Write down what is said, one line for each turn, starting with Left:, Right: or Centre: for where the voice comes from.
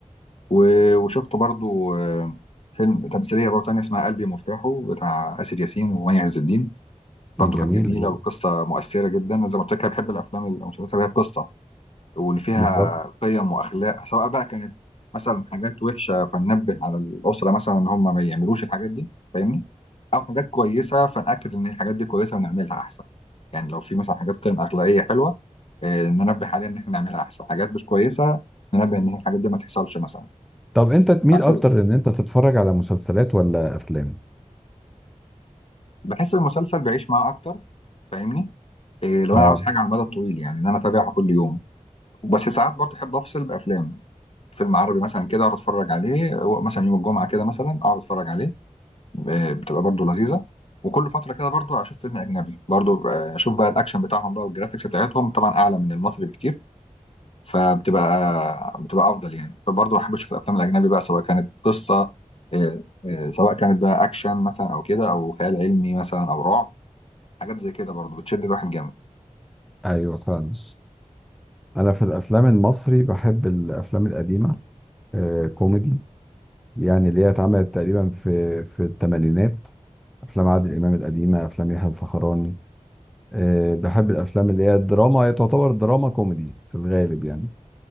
Left: و- وشفت برضو آه، فيلم تمثيليه برضو تانية اسمها قلبي مفتاحه بتاع آسر ياسين ومي عز الدين
Centre: جميلة
Left: برضو كانت جميله
Centre: جدا
Left: وقصه مؤثره جدا أنا زي ما قلت لك أنا بحب الافلام المسلسلات اللي هي قصه واللي فيها
Centre: بالظبط
Left: قيم واخلاق سواء بقى كانت مثلا حاجات وحشه فننبه على الاسره مثلا ان هم ما يعملوش الحاجات دي فاهمني او حاجات كويسه فنأكد ان الحاجات دي كويسه ونعملها احسن يعني لو في مثلا حاجات قيم اخلاقيه حلوه آه، ننبه عليها ان احنا نعملها احسن حاجات مش كويسه ننبه ان الحاجات دي ما تحصلش مثلا
Centre: طب انت تميل
Left: فحلو
Centre: اكتر ان انت تتفرج على مسلسلات ولا افلام
Left: بحس المسلسل بعيش معاه اكتر فاهمني إيه لو
Centre: اه
Left: انا عاوز حاجه على المدى الطويل يعني ان انا اتابعها كل يوم وبس ساعات برضه احب افصل بافلام فيلم عربي مثلا كده اقعد اتفرج عليه و- مثلا يوم الجمعه كده مثلا اقعد اتفرج عليه آه، بتبقى برضو لذيذه وكل فتره كده برضو اشوف فيلم اجنبي برضو آه، اشوف بقى الاكشن بتاعهم بقى والجرافيكس بتاعتهم طبعا اعلى من المصري بكتير فبتبقى بتبقى افضل يعني فبرضو احب اشوف الافلام الاجنبي بقى سواء كانت قصه آه، آه، سواء كانت بقى اكشن مثلا او كده او خيال علمي مثلا او رعب حاجات زي كده برضو بتشد الواحد جامد
Centre: ايوه فعلا انا في الافلام المصري بحب الافلام القديمة آه كوميدي يعني اللي هي اتعملت تقريبا في في الثمانينات افلام عادل امام القديمة افلام يحيى الفخراني آه، بحب الافلام اللي هي الدراما هي تعتبر دراما كوميدي في الغالب يعني